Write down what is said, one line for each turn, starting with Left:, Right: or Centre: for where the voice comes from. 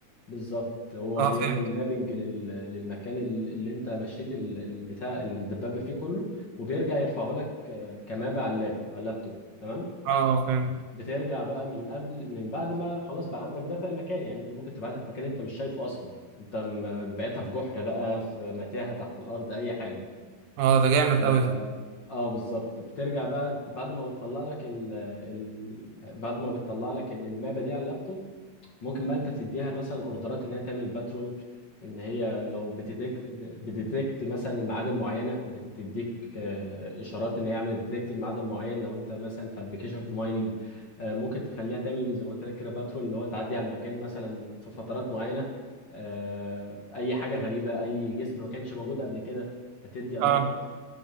Left: بالظبط هو
Right: اه
Left: بيعمل
Right: فهمت
Left: مابنج لل- للمكان ال- اللي انت مشيت ال- ال- بتاع الدبابه فيه كله وبيرجع يرفعه لك آه، كمابة على اللاب على اللابتوب تمام
Right: اه فهمت
Left: بترجع بقى من قبل من بعد ما خلاص بقى عندك داتا المكان يعني انت ممكن تبعتها في مكان انت مش شايفه اصلا انت م- بعتها في جحر بقى في متاهه تحت الارض اي حاجه
Right: اه ده جامد
Left: اه
Right: قوي ده
Left: آه، بالظبط بترجع بقى بعد ما بتطلع لك ال... ال... بعد ما بتطلع لك ال- المابة دي على اللابتوب ممكن بقى انت تديها مثلا اوردرات ان هي تعمل باترول ان هي لو بتديك بتديتكت مثلا معادن معينه بتديك آه، اشارات ان هي عملت ديتكت لمعدن معين لو انت مثلا في ابلكيشن في مايننج ممكن تخليها تعمل زي ما قلت لك كده باترول اللي هو تعدي على مكان مثلا في فترات معينه آه، اي حاجه غريبه اي جسم ما كانش موجود قبل كده هتدي
Right: اه
Left: الارت